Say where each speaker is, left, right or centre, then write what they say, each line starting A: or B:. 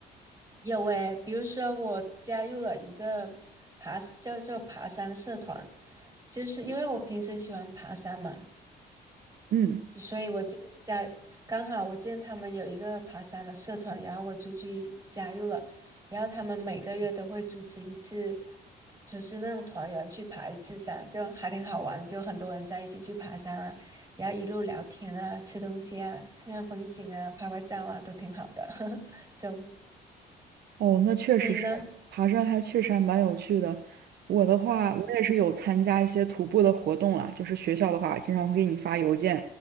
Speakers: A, on the right; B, on the right.
A: 有诶，比如说我加入了一个爬，叫做爬山社团，就是因为我平时喜欢爬山嘛，
B: 嗯。
A: 所以我就加，刚好我见他们有一个爬山的社团，然后我就去加入了。然后他们每个月都会组织一次，组织那种团员去爬一次山，就还挺好玩的就很多人在一起去爬山啊，然后一路聊天啊，吃东西啊，看看风景啊，拍拍照啊，都挺好的。<laughs> 就
B: 哦，那确实是，
A: 你呢？
B: 爬山还确实还蛮有趣的。我的话，我也是有参加一些徒步的活动啦，就是学校的话，经常会给你发邮件，